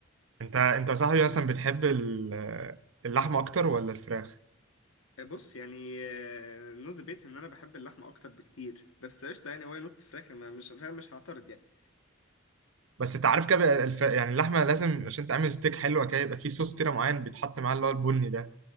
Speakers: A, on the right (about 70°); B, on the left (about 85°).
A: انت انت يا صاحبي مثلا بتحب ال- اللحمه اكتر ولا الفراخ
B: بص يعني نو ديبيت ان انا بحب اللحمه اكتر بكتير بس قشطه يعني واي نوت فراخ انا مش فاهم مش هعترض يعني
A: بس انت عارف كده بقى الف... يعني اللحمه لازم عشان تعمل ستيك حلوه كده يبقى فيه صوص كده معين بيتحط معاه اللي هو البني ده